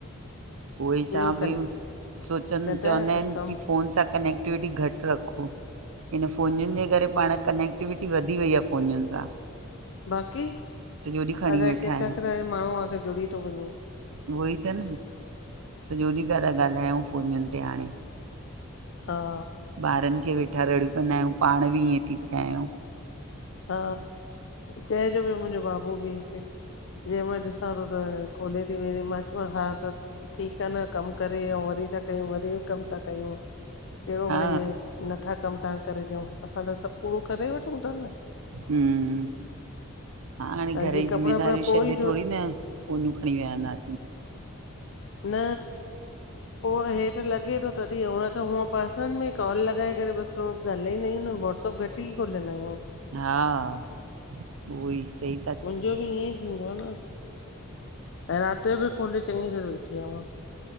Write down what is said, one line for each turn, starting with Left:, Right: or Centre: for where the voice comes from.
Right: उओई चवां
Left: ॿियो कं
Right: पई सोचन
Left: कंदा
Right: चवंदा
Left: आहियो कुझु
Right: आयन
Left: कमु?
Right: की फोन सां कनैक्टविटी घट रखो। इन फ़ोनियुन जे करे पाण कनेक्टविटी वधी वई आ फ़ोनयुन सां।
Left: बाक़ी!
Right: सॼो ॾींहुं खणी
Left: अलाए
Right: वेठा
Left: किथां-किथां ॼो माणू आके जुड़ी तो वञे।
Right: उहई त न, सॾो ॾींह पया था ॻाल्हायू फ़ोनन ते हांणें।
Left: हा
Right: ॿारन खे वेठा रड़ियूं कंदा आहयूं, पांण बी ईअं थी पया आहयूं।
Left: हा चए जो पयो मुंहजो बाबू बी हिते जेंह मल ॾिसां तो खोले थी वेह मां च्यो मांस हा त ठीक आ न, कम करे औं वरी ता कयूं, वरी कम ता कयूं। केहड़ो
Right: हा
Left: भई, नथा कम तहां खे करे ॾियऊं, असां त सभ पूरो करे वठूं ता न।
Right: हूं- हाणें घर
Left: ऐं जीअं
Right: जी
Left: कपिड़ा
Right: जिम्मेदारियूं
Left: वपड़ा
Right: शॾे
Left: पोइ ई
Right: थोडी
Left: धो
Right: न फोनियूं खणीं विहंदासीं।
Left: न पो हेत लॻे तो नत तॾी न त हूअं पर्सन में कॉल लॻाए करे बस थोडो गालाईंदा आहयूं न वाटसप घट ई खोलनायूं।
Right: हा- उहोई सई
Left: मुंजो बी ईअंई थींदो आ न। ऐं रात जो बी खोले चङी देर वेठी आहयां।